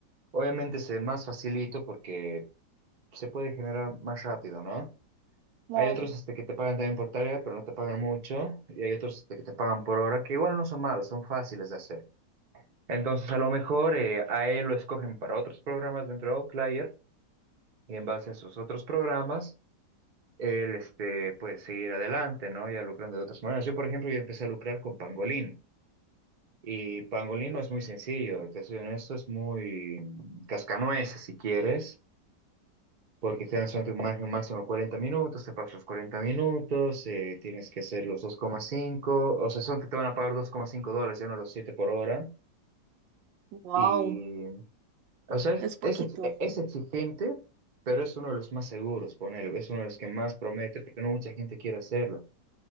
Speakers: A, on the right; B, on the right.
A: Obviamente se más facilito porque se puede generar más rápido, ¿no?
B: Claro.
A: Hay otros este, que te pagan también por tarea, pero no te pagan mucho, y hay otros este, que te pagan por hora, que igual no son malos, son fáciles de hacer. Entonces, a lo mejor eh, a él lo escogen para otros programas dentro de Outlier, y en base a esos otros programas, él este, puede seguir adelante, ¿no? Ya lucrando de otras maneras. Yo, por ejemplo, yo empecé a lucrar con Pangolin. Y pangolino es muy sencillo, te soy honesto, es muy cascanueces si quieres, porque te dan solamente un máximo, máximo 40 minutos, te pagas los 40 minutos, eh, tienes que hacer los dos coma cinco o sea, son que te van a pagar dos coma cinco dólares, ya no los 7 por hora.
B: Wow,
A: Y, o sea, es,
B: es poquito,
A: es ex- es exigente, pero es uno de los más seguros, poner es uno de los que más promete, porque no mucha gente quiere hacerlo.